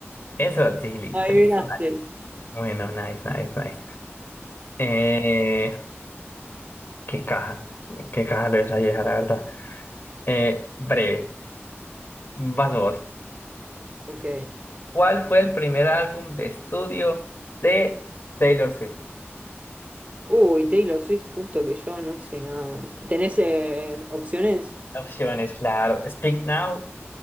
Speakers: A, on the left; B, on the right.
A: eso, sí, listo,
B: Adivinaste.
A: listo. dale. Bueno, nice, nice, nice. Eh, qué caja, qué caja lo de esa vieja, la verdad. Eh, breve, vas vos.
B: Ok.
A: ¿Cuál fue el primer álbum de estudio de Taylor Swift?
B: Uy, Taylor Swift, justo que yo no sé nada. ¿Tenés eh, opciones?
A: Opciones, claro. Speak Now,